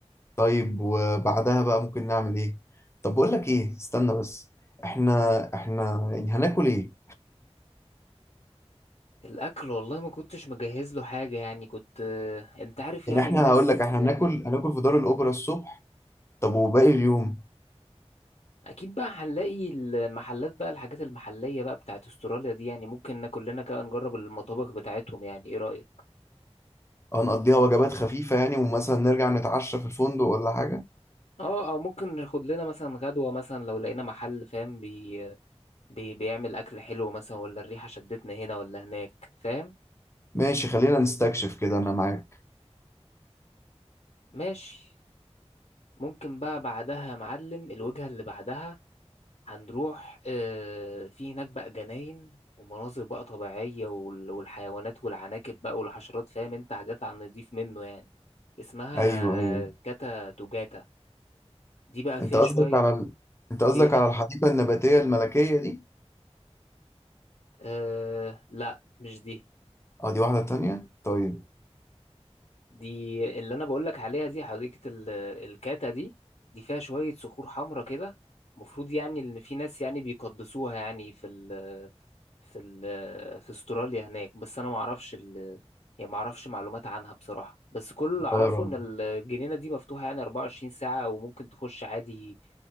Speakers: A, on the left; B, on the left.
A: طيب وبعدها بقى ممكن نعمل ايه طب بقول لك ايه استنى بس احنا احنا يعني هناكل ايه
B: الاكل والله ما كنتش مجهز له حاجه يعني كنت انت عارف
A: يعني
B: يعني
A: احنا
B: الناس
A: هقول لك احنا
B: يعني
A: هناكل هناكل في دار الاوبرا الصبح طب وباقي اليوم
B: اكيد بقى هنلاقي المحلات بقى الحاجات المحليه بقى بتاعت استراليا دي يعني ممكن ناكل لنا كده نجرب المطابخ بتاعتهم يعني ايه رايك
A: هنقضيها وجبات خفيفه يعني ومثلا نرجع نتعشى في الفندق ولا حاجه
B: اه او ممكن ناخد لنا مثلا غدوه مثلا لو لقينا محل فاهم بي... بي... بيعمل اكل حلو مثلا ولا الريحه شدتنا هنا ولا هناك فاهم
A: ماشي خلينا نستكشف كده انا معاك
B: ماشي ممكن بقى بعدها يا معلم الوجهه اللي بعدها هنروح آه، في هناك بقى جناين ومناظر بقى طبيعية وال- والحيوانات والعناكب بقى والحشرات فاهم انت حاجات على النضيف منه يعني اسمها
A: ايوه ايوه
B: كاتا توجاتا دي بقى فيها
A: انت قصدك
B: شوية
A: على ال... انت قصدك
B: ايه
A: على الحديقه النباتيه الملكيه دي
B: آه لا مش دي
A: اه دي واحده تانية طيب
B: دي اللي انا بقولك عليها دي حديقة ال- الكاتا دي دي فيها شوية صخور حمرا كده المفروض يعني ان في ناس يعني بيقدسوها يعني في ال في ال- في استراليا هناك بس انا ما اعرفش ال... يعني ما اعرفش معلومات عنها بصراحة بس كل اللي اعرفه
A: طيب
B: ان الجنينة دي مفتوحة يعني 24 ساعة وممكن تخش عادي